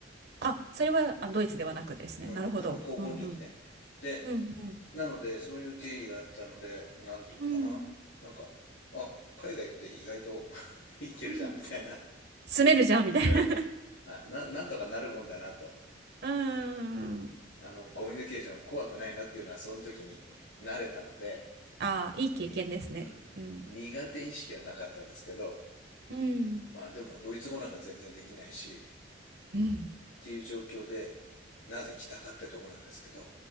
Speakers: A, on the right; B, on the left.
A: あ、それはあドイツではなくですね。
B: うん、
A: なるほど。
B: あの、高校の時ね。
A: うんうん。
B: で、
A: うんうん。
B: なので、そういう経緯があったので、なんていうのかな。
A: うん
B: なんか、あ、海外って意外と <laughs> いけるじゃん、
A: うん。
B: みたいな。
A: 住めるじゃん、みたいな。
B: うん。
A: <laughs>
B: あ、な、なんとかなるもんだなと。
A: うーん。
B: あの、コミュニケーション怖くないなっていうのは、その時に慣れたので、
A: ああ、いい経験ですね。
B: に、うん。
A: うん。
B: 苦手意識はなかったんですけど、
A: うん。
B: まあでも、ドイツ語なんか全然できないし、っ
A: うん。
B: ていう状況で、なぜ来たかってとこなんですけど。